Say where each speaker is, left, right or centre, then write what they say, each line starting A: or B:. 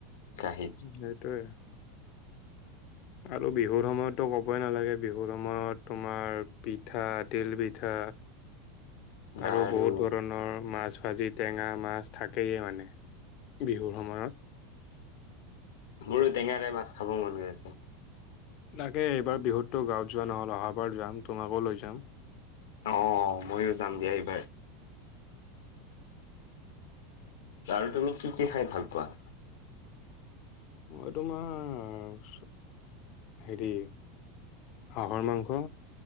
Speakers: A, on the left; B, on the left.
A: কাঁহীত।
B: সেইটোৱে। আৰু বিহুৰ সময়তো ক'বই নালাগে বিহুৰ সময়ত তোমাৰ পিঠা তিল পিঠা।
A: লাৰু
B: আৰু বহুত ধৰণৰ মাছ ভাজি টেঙা, মাছ থাকেই মানে। বিহুৰ সময়ত।
A: মোৰো টেঙাৰে মাছ খাব মন গৈ আছে।
B: তাকে এইবাৰ বিহুততো গাঁৱত যোৱা নহ'ল, অহাবাৰ যাম, তোমাকো লৈ যাম।
A: অ' ময়ো যাম দিয়া এইবাৰ। আৰু তুমি কি কি খাই ভাল পোৱা?
B: মই তোমাৰ হেৰি হাঁহৰ মাংস